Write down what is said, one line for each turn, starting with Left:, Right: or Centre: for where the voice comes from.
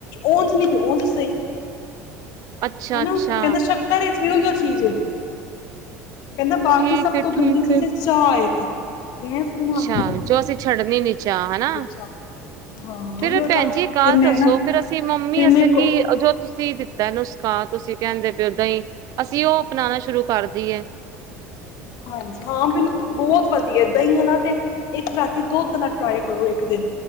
Left: ਉਂਝ ਨਹੀਂ ਤੇ ਉਂਝ ਸਹੀ।
Right: ਅੱਛਾ-ਅੱਛਾ।
Left: ਹੈਨਾ, ਕਹਿੰਦਾ ਸ਼ੱਕਰ ਚ ਏ ਔਹਿਔ ਚੀਜ਼ ਏ। ਕਹਿੰਦਾ ਬਾਕੀ
Right: ਠੀਕ
Left: ਸਭ
Right: ਏ,
Left: ਤੋਂ
Right: ਠੀਕ
Left: ਗੰਦੀ ਚੀਜ਼ ਏ, ਚਾਹ ਏ। ਕ ਗੈਸ ਬਣਾਦ
Right: ਹਾਂ ਜੋ ਅਸੀਂ ਛੱਡਣੀ ਨੀ ਚਾੱ ਹੈਨਾ,
Left: ਚਾਹ ਹਾਂ
Right: ਫਿਰ
Left: ਉਹੀਓ
Right: ਭੈਣ
Left: ਤਾਂ
Right: ਜੀ, ਇਕ ਗੱਲ
Left: ਫਿਰ ਮੈਂ
Right: ਦੱਸੋ
Left: ਨਾ
Right: ਫੇਰ ਅਸੀਂ ਮੰਮੀ
Left: ਫਿਰ ਮੇਰੇ
Right: ਅਸੇ ਕਿ
Left: ਕੋ
Right: ਜੋ ਤੁਸੀ ਏ ਨੁਸਕਾ ਤੁਸੀਂ ਕਹਿੰਦੇ ਪਏ ਓ ਦਹੀ ਅਸੀਂ ਉਹ ਅਪਣਾਣਾ ਸ਼ੁਰੂ ਕਰ ਦਇਏ
Left: ਹਾਂਜੀ ਹਾਂ ਬਿਲ ਬਹੁਤ ਵਧੀਆ ਦਹੀ ਅਲਾ ਤੇ ਇੱਕ ਰਾਤੀ ਦੁੱਧ ਨਾਲ ਟਰਾਈ ਕਰੋ ਇੱਕ ਦਿਨ